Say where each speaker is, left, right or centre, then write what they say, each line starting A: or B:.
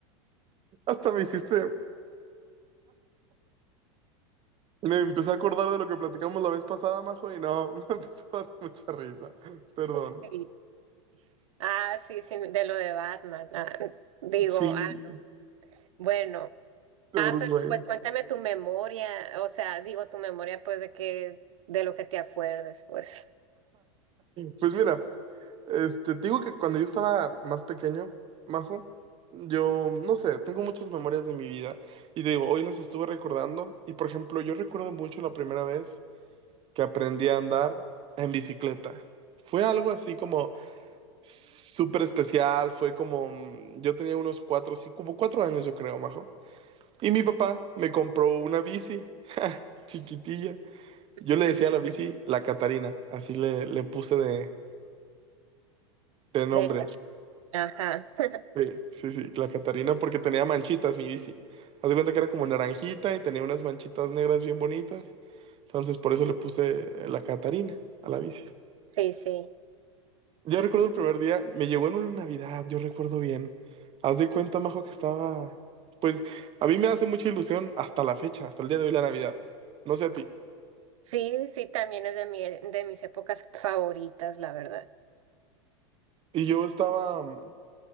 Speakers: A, on the right; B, on the right.
A: <laughs> Hasta me hiciste, me empecé a acordar de lo que platicamos la vez pasada, Majo, y no, <laughs> me empezó a dar mucha risa. Perdón.
B: Sí. Ah, sí, sí, de lo de Batman. ah, digo,
A: Sí,
B: ah, bueno,
A: de
B: ah,
A: Bruce
B: pero
A: Wayne.
B: pues cuéntame tu memoria, o sea, digo tu memoria, pues de que, de lo que te acuerdes, pues,
A: Pues mira, Este, te digo que cuando yo estaba más pequeño, Majo, yo, no sé, tengo muchas memorias de mi vida y te digo, hoy las estuve recordando y por ejemplo, yo recuerdo mucho la primera vez que aprendí a andar en bicicleta. Fue algo así como súper especial, fue como, mm, yo tenía unos cuatro, sí, como cuatro años yo creo, Majo. Y mi papá me compró una bici chiquitilla. Yo le
B: Ujú.
A: decía a la bici la Catarina, así le, le puse de, de nombre.
B: de, ajá, <laughs>
A: Sí, sí, sí, la Catarina porque tenía manchitas mi bici. Haz de cuenta que era como naranjita y tenía unas manchitas negras bien bonitas. Entonces por eso le puse eh, la Catarina a la bici.
B: sí, sí.
A: Yo recuerdo el primer día, me llegó en una Navidad, yo recuerdo bien. Haz de cuenta, Majo, que estaba... Pues a mí me hace mucha ilusión hasta la fecha, hasta el día de hoy la Navidad. No sé a ti.
B: Sí, sí, también es de mi, de mis épocas favoritas, la verdad.
A: Y yo estaba mm,